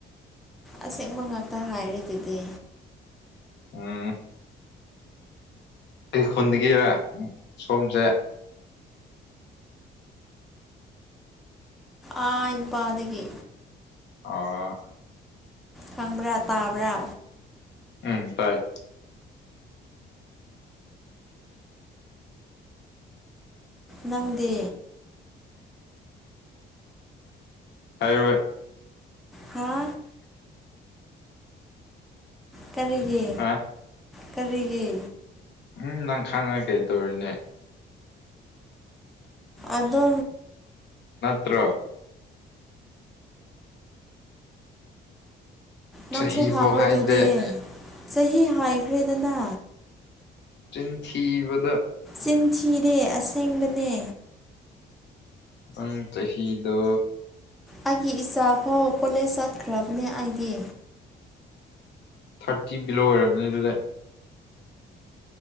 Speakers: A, in the centre; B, on the left (about 60°).
A: ꯑꯁꯦꯡꯕ ꯉꯥꯛꯇ ꯍꯥꯏꯔꯦ ꯑꯗꯨꯗꯤ
B: ꯎꯝ ꯑꯩ ꯈꯨꯟꯗꯒꯤꯔ ꯁꯣꯝꯁꯦ
A: ꯇꯥꯏꯄꯥꯗꯒꯤ
B: ꯑꯥ
A: ꯈꯪꯕ꯭ꯔꯥ ꯇꯥꯕ꯭ꯔꯥ
B: ꯎꯝ ꯇꯥꯏ
A: ꯅꯪꯗꯤ
B: ꯍꯥꯏꯔꯣꯏ
A: ꯍꯥ ꯀꯔꯤꯒꯤ
B: ꯑ
A: ꯀꯔꯤꯒꯤ
B: ꯎꯝ ꯅꯪ ꯈꯪꯉꯒ ꯀꯩ ꯇꯧꯔꯤꯅꯦ
A: ꯑꯗ
B: ꯀꯨꯇ꯭ꯔ
A: ꯅꯪꯁꯨ
B: ꯆꯍꯤꯐꯥꯎ
A: ꯍꯥꯡꯉꯗꯗꯤ
B: ꯍꯥꯏꯗꯦ
A: ꯆꯍꯤ ꯍꯥꯏꯈ꯭ꯔꯦꯗꯅ
B: ꯆꯤꯟꯊꯤꯕꯗ
A: ꯇꯤꯟꯊꯤꯔꯦ ꯑꯁꯦꯡꯕꯅꯦ
B: ꯑꯪ ꯆꯍꯤ ꯆꯍꯤꯗ
A: ꯑꯩꯒꯤ ꯏꯆꯥ ꯐꯥꯎ ꯀꯣꯂꯦꯖ ꯆꯠꯈ꯭ꯔꯕꯅꯦ ꯑꯩꯒꯤ
B: ꯊꯥꯔꯇꯤ ꯕꯤꯂꯣ ꯑꯣꯏꯔꯕꯅꯤ ꯑꯗꯨꯗ